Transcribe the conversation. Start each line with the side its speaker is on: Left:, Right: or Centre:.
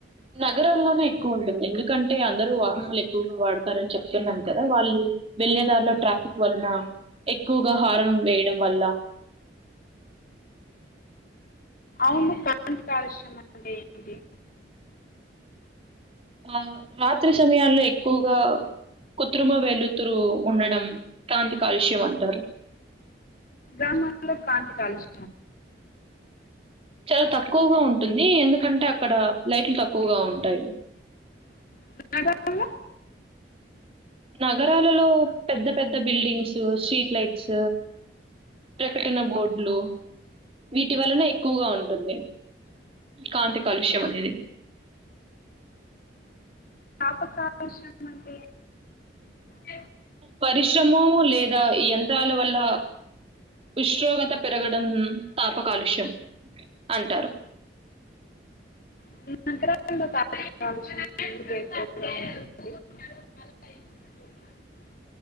Right: నగరాల్లోనే ఎక్కువ ఉంటుంది ఎందుకంటే అందరుూ వాహనాలు ఎక్కువగా వాడతారని చెప్తున్నాం కదా వాళ్ళు వెళ్ళేదారిలో ట్రాఫిక్ వలన ఎక్కువగా
Left: ఆ,
Right: హారం వేయడం వల్ల
Left: అవును కంత కాలుష్యమ అంటే ఏంటి
Right: ఆ రాత్రి సమయాల్లో ఎక్కువగా కుత్రిమ వెల్లుతురు ఉండడం కాంతి కాలుష్యం అంటారు
Left: గ్రామలో కారాంత కాలుష
Right: చాలా తక్కువగా ఉంటుంది ఎందుకంటే అక్కడ లైట్లు తక్కువగా ఉంటాయి
Left: అ
Right: నగరాలలో పెద్ద పెద్ద బిల్డింగ్స్ స్ట్రీట్ లైట్స్ ప్రకటన బోర్డులు వీటి వలనే ఎక్కువగా ఉంటుంది కాంతి కాలుష్యం అనేది
Left: పాపకావశం అంటే ఏ
Right: పరిశ్రమ లేదా ఎంత ల వల్ల ఉష్ణోగ్రత పెరగడం స్థాప కాలుష్యం అంటారు
Left: <inaudible> త